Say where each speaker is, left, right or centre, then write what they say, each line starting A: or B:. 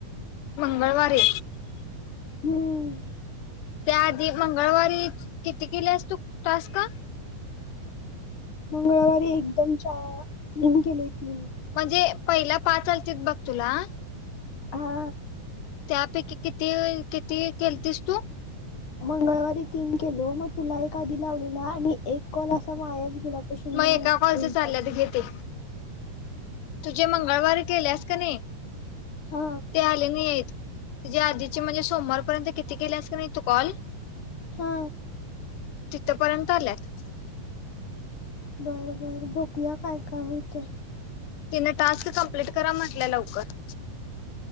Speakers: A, on the left; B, on the left.
A: मंगळवारी
B: हम्म
A: त्या आधी मंगळवारी किती केलेस तू तास का
B: मंगळवारी एकदम चार तीन केले तीन
A: म्हणजे पहिला पा चालत बघ तुला
B: हा
A: त्यापैकी किती किती केलतीस तू
B: मंगळवारी तीन केलो मग तुला एक आधी लावलेला आणि एक कॉल असा मायाच गेला तो शून्य
A: मग
B: म्हणतात
A: एका कॉलच चालल्यात घे ते तुझे मंगळवार केलेस का नाही
B: हा
A: ते आले नाही येत तुझे आधीचे म्हणजे सोमवारपर्यंत किती केलेस का नाही तू कॉल
B: हा.
A: तिथपर्यंत आल्यात.
B: बर बर बकूया काय. काय होतंय.
A: तिन टास्क कंप्लीट करा म्हटल्या लवकर.